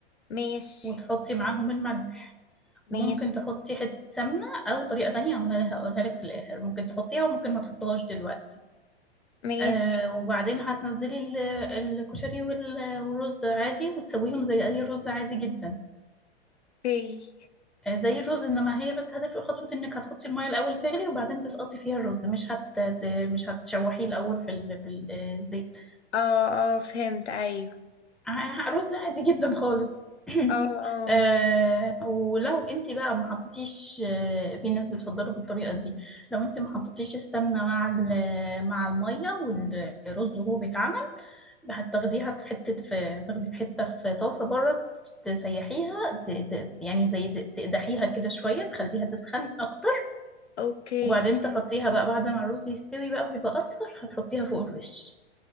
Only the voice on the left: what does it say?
ماشي
ماشي
ماشي
اوكي
اه اه فهمت ايوه
اه اه
اوكي